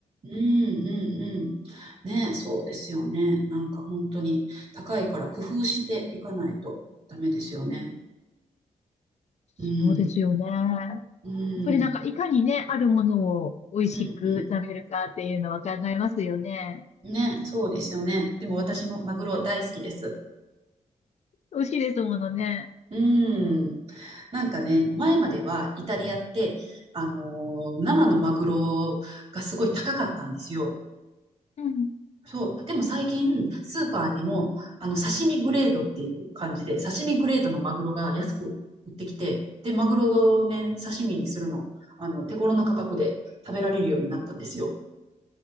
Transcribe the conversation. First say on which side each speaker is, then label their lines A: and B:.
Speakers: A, on the right; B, on the left.
A: うんうんうん。ね、そうですよね。なんか本当に高いから工夫していかないとダメですよね。
B: そうですよね。
A: うん。
B: や
A: うん。
B: っぱりなんか、いかにね、あるものを美味しく食べるかっていうのは考えますよね。
A: うん、うん。ね、そうですよね。でも私もマグロ大好きです。
B: 美味しいですものね。
A: うん。なんかね、前まではイタリアって、あのー生のマグロがすごい高かったんですよ。
B: うん。
A: そう。でも最近、スーパーにも、あの、刺身グレードっていう感じで、刺身グレードのマグロが安く売ってきて、で、マグロをね、刺身にするの、あの、手頃な価格で食べられるようになったんですよ。